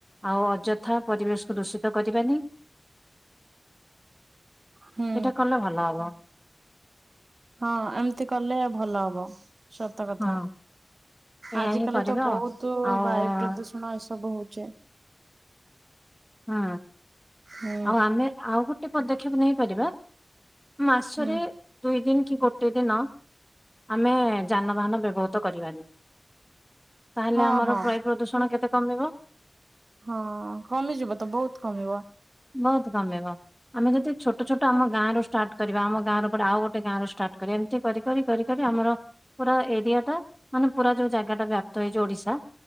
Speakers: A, in the centre; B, on the right.
A: ଆଉ ଅଯଥା ପରିବେଶକୁ ଦୂଷିତ କରିବାନି।
B: ହୁଁ
A: ଏଇଟା କଲେ ଭଲ ହବ।
B: ହଁ ଏମିତି କଲେ ଭଲ ହବ। ସତ କଥା
A: ହଁ ଏଇଆ
B: ଆଜିକାଲି
A: ହିଁ କରିବା
B: ତ ବହୁତୁ
A: ଆଉ। ଆଉ
B: ବାୟୁ ପ୍ରଦୂଷଣ ଏସବୁ ଚେ।
A: ହଁ
B: ହୁଁ
A: ଆଉ ଆମେ ଆଉ ଗୋଟେ ପଦକ୍ଷେପ ନେଇପାରିବା। ମାସରେ
B: ହୁଁ
A: ଦୁଇ ଦିନ୍। କି ଗୋଟେ ଦିନ ଆମେ ଯାନବାହାନ ବ୍ୟବହୁତ କରିବାନି। ତାହେଲେ
B: ହଁ
A: ଆମର
B: ହଁ
A: ବାୟୁ ପ୍ରଦୂଷଣ କେତେ କମିବ?
B: ହଁ କମିଯିବ ତ ବହୁତ୍ କମିବ।
A: ବହୁତ୍ କମିବ ଆମେ ଯଦି ଛୋଟ ଛୋଟ ଆମ ଗାଁରୁ ଷ୍ଟାର୍ଟ କରିବା ଆମ ଗାଁର ପରେ ଆଉ ଗୋଟେ ଗାଁରୁ ଷ୍ଟାର୍ଟ କରି ଏମିତି କରି କରି କରି କରି ଆମର ପୁରା ଏରିଆ ଟା ମାନେ ପୁରା ଯୋଉ ଜାଗାଟାବି ଆ ତ ଏଇ ଯୋଉ ଓଡିଶା